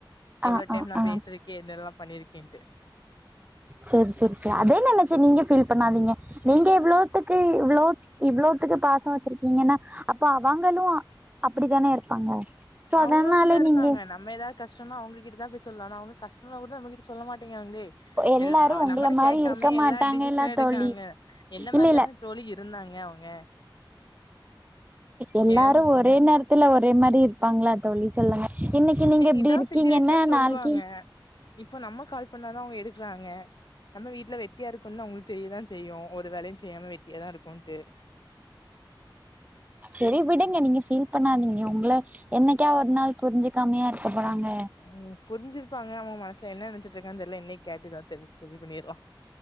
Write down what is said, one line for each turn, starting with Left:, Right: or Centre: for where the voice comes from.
Left: எவ்வளவு
Right: ஆ
Left: டைம்
Right: ஆ
Left: நா
Right: ஆ
Left: பேசுறக்கேன் என்னலா பண்ணியிருக்கேன்ட்
Right: சேரி சேரி சேரி அதே நனைச்சு நீங்க பீல் பண்ணாதீங்க நீங்க இவ்வளோத்துக்கு இவ்ளோ இவ்ளோத்துக்கு பாசம் வச்சிருக்கீங்கன்னா அப்போ அவங்களும் அப்படித்தானே இருப்பாங்க சோ
Left: அவங்களும்
Right: அதனால
Left: அப்படிதா இருப்பாங்க
Right: நீங்க
Left: நம்ம ஏதாவது கஷ்டம் னா அவங்கிட்டதா போய் சொல்லா அவங்க கஷ்ட னா கூட நம்மகிட்ட சொல்ல மாட்டேங்காங்களே
Right: எல்லாரு உங்கள
Left: நம்மட
Right: மாரி
Left: கேட்காமே
Right: இருக்க மாட்டாங்கல்ல
Left: எல்லா டிசிஷனும் எடுக்காங்க
Right: தோழி
Left: என்ன
Right: இல்ல
Left: மாரிதான
Right: இல்ல
Left: தோழி இருந்தாங்க அவங்க
Right: எல்லாரும்
Left: ஏன்
Right: ஒரே நேர த்துல ஒரே மாரி இருப்பாங்களா தோழி சொல்லுங்க இன்னைக்கு நீங்க இப்டி
Left: இதா
Right: இருக்கீங்கன்னா
Left: சிச்சுவேஷன் சொல்லுவாங்க
Right: நாளைக்கு
Left: இப்போ நம்ம கால் பண்ணாதா அவங்க எடு றாங்க நம்ம வீட்டுல வெட்டியா இருக்கும்னு அவங்களுக்கு தெரியதா செய்யும் ஒரு வேலையும் செய்யாம வெட்டியாதான் இருக்கும்ட்டு
Right: சரி விடுங்க நீங்க ஃபீல் பண்ணாதீங்க உங்க என்னைக்க ஒரு நாள் புரிஞ்சுக்காமையா இருக்க போறாங்க
Left: உம் புரிஞ்சிருப்பாங்க அவங்க மனசுல என்ன நினைச்சுட்டு இருக்கெல்லா இன்னக்கி கேட்டுர்ள்ளா தெரிஞ சரி பண்ணிற்லா